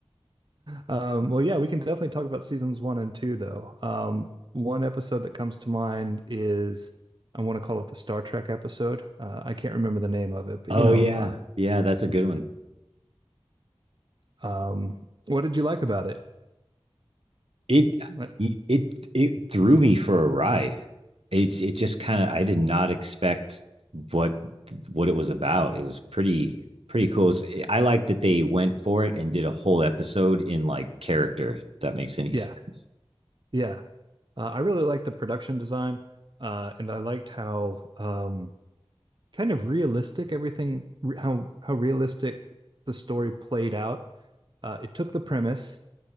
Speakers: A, on the right (about 55°); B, on the right (about 80°).
A: Um, well, yeah, we can definitely talk about seasons one and two, though. Um, one episode that comes to mind is I want to call it the Star Trek episode. Uh, I can't remember the name of it, but
B: Oh
A: you know,
B: yeah. Yeah, that's a good one.
A: uh, um, what did you like about it?
B: It
A: Ouais.
B: it it threw me for a ride. It's it just kind of I did not expect what what it was about. It was pretty pretty cool. It's- I like that they went for it and did a whole episode in like character. If that makes any
A: Yeah,
B: <laughs> sense.
A: yeah. Uh, I really liked the production design, uh, and I liked how um, kind of realistic everything, re- how how realistic the story played out. Uh, it took the premise